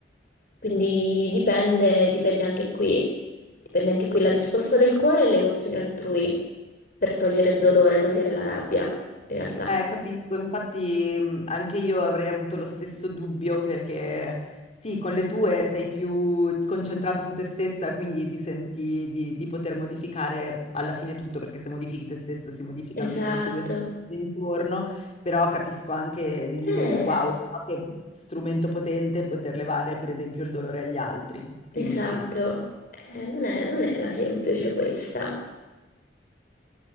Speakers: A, on the left (about 55°); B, on the left (about 40°).
A: Quindi dipende, dipende anche qui, dipende anche qui la risposta del cuore e le emozioni altrui per togliere il dolore, togliere la rabbia, in realtà.
B: Eh, capisco, infatti mh, anche io avrei avuto lo stesso dubbio perché sì, con le tue sei più concentrata su te stessa, quindi ti senti di, di poter modificare alla fine tutto, perché se modifichi te stesso si modificano
A: Esatto,
B: di conseguenza tutto intorno, però capisco anche di dire
A: eh,
B: wow, che strumento potente poter levare per esempio il dolore agli altri, quindi
A: esatto,
B: sì.
A: Eh, non è, non era semplice questa.